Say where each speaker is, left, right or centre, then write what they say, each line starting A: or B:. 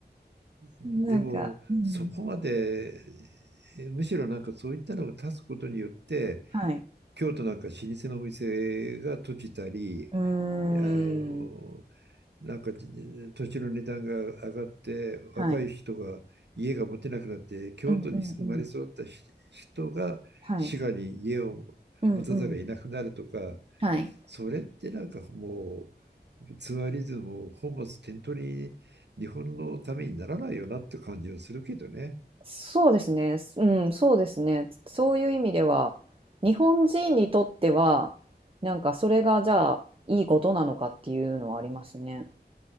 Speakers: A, on the right (about 75°); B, on the right (about 30°).
A: でも、
B: なんか、うん、
A: そこまで、えむしろなんかそういったのが立つことによって、
B: はい。
A: 京都なんか老舗のお店が閉じたり、
B: うーん、
A: あの、なんか土地の値段が上がって若い人が家が持てなくなって京都に生まれ育った人が滋賀に家を持たざるを得なくなるとか
B: はい。うんうんうん。はい。うんうん。はい。
A: それってなんかもうツアリズムを本末転倒に日本のためにならないよなって感じはするけどね、
B: そうですね。すうん、そうですね。そういう意味では、日本人にとっては、なんかそれがじゃあいいことなのかっていうのはありますね。